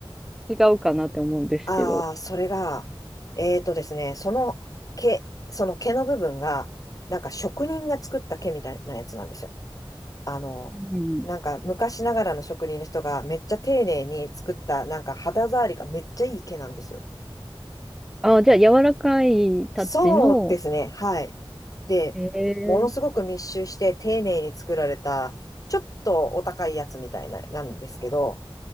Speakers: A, in the centre; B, on the left (about 40°).
A: 違うかなって思うんですけど。
B: ああ、それが、えーとですね、その毛、その毛の部分が、なんか職人が作った毛みたいなやつなんですよ。あの、
A: うん。
B: なんか昔ながらの職人の人がめっちゃ丁寧に作った、なんか肌触りがめっちゃいい毛なんですよ。
A: あ、じゃあ、柔らかいタッチの、
B: そうですね、はい。で、
A: ええ
B: ものすごく密集して丁寧に作られた、ちょっとお高いやつみたいな、なんですけど、